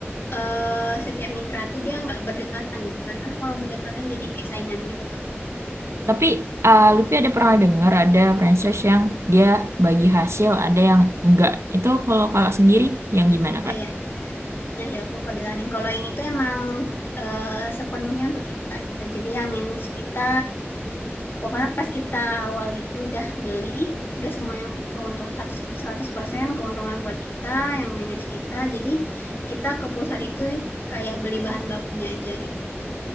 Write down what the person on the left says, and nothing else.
eh, setiap mitra tuh dia nggak berdekatan gitu kan. Kan kalau berdekatan jadi kayak saingan gitu kan.
Oh
ya, nah ya aku lupa bilangin kalau ini tuh emang eh, sepenuhnya untuk kita gitu. Jadi yang manage kita, pokoknya pas kita awal itu udah beli, udah semuanya yang keuntung 100%, 100% keuntungan buat kita, yang manage kita. Jadi kita ke pusat itu kayak beli bahan bakunya aja gitu.